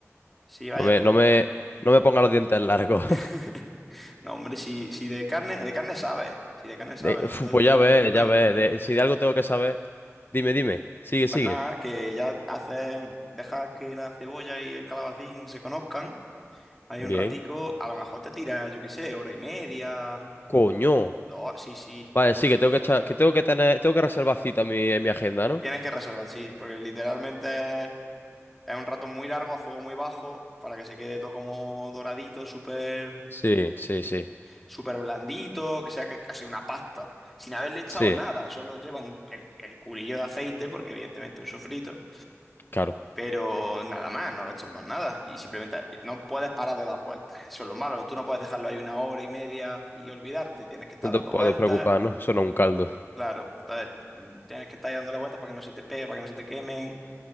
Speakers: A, in the centre; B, on the left.
A: Sí, vaya,
B: No me,
A: pero...
B: no me, no me ponga los dientes largos. <laughs>
A: <laughs> No, hombre, si, si de carne, de carne sabes, si de carne sabes,
B: De- uf,
A: no, no,
B: pues
A: no
B: ya
A: te voy
B: ves,
A: a decir nada
B: ya
A: nuevo.
B: ves. de- si de algo tengo que saber, dime, dime. Sigue,
A: Pues
B: sigue.
A: nada, que ya haces, dejas que la cebolla y el calabacín se conozcan, hay
B: Bien.
A: un ratico, a lo mejor te tiras, yo qué sé, hora y media,
B: Coño.
A: dos, sí, sí.
B: Vale, sí, que tengo que echar- que tengo que tener, tengo que reservar cita en mi, en mi agenda, ¿no?
A: Tienes que reservar, sí, porque literalmente Es un rato muy largo, a fuego muy bajo, para que se quede todo como doradito, súper,
B: Sí, sí, sí.
A: súper blandito, que sea ca- casi una pasta. Sin haberle echado
B: Sí,
A: nada, solo lleva un- el, el culillo de aceite, porque evidentemente es un sofrito.
B: claro.
A: Pero nada más, no le echas más nada. Y simplemente no puedes parar de dar vueltas. Eso es lo malo, tú no puedes dejarlo ahí una hora y media y olvidarte. Tienes que estar
B: No te
A: dando
B: puedes
A: vueltas.
B: preocupar, ¿no? Eso no es un caldo.
A: Claro, entonces mm, tienes que estar ahí dándole vueltas para que no se te pegue, para que no se te quemen.